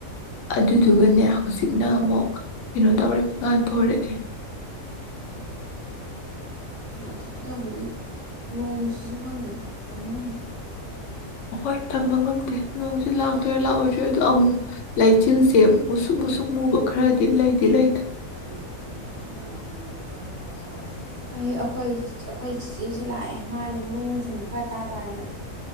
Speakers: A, on the left; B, on the right.
A: ꯑꯗꯨꯗꯨꯒꯅꯦ
B: ꯑꯣ
A: ꯍꯧꯖꯤꯛꯅ ꯑꯃꯨꯛ ꯀꯩꯅꯣ ꯇꯧꯔꯦꯕ ꯉꯥꯟ ꯊꯣꯔꯛꯑꯦ
B: ꯑꯗꯨ ꯑꯗꯨꯕꯨꯗꯤ ꯅꯣꯡꯁꯤꯁꯨ ꯈꯪꯗꯦ ꯇꯝꯕ ꯉꯝꯗꯦ
A: ꯍꯣꯏ ꯇꯝꯕ ꯉꯝꯗꯦ ꯅꯣꯡꯁꯤ ꯂꯥꯛꯇꯣꯏꯔꯥ ꯂꯥꯛꯑꯣꯏꯗ꯭ꯔ ꯑꯗꯣ ꯑꯃꯨꯛ ꯂꯩꯆꯤꯜꯁꯦ ꯃꯨꯁꯨꯛ ꯃꯨꯁꯨꯛ ꯃꯨꯕ ꯈꯔꯗꯤ ꯂꯩꯗꯤ ꯂꯩꯗ
B: <unintelligible>
A: <inaudible>
B: ꯑꯩ ꯑꯩꯈꯣꯏ ꯑꯩꯈꯣꯏ ꯆꯤꯆꯦꯁꯤ ꯂꯥꯛꯑꯦ ꯃꯥꯒꯤ ꯃꯔꯨꯝ ꯃꯨꯔꯨ ꯁꯣꯟꯕ ꯈꯔ ꯇꯥꯇꯥꯥꯔꯦ ꯅꯪ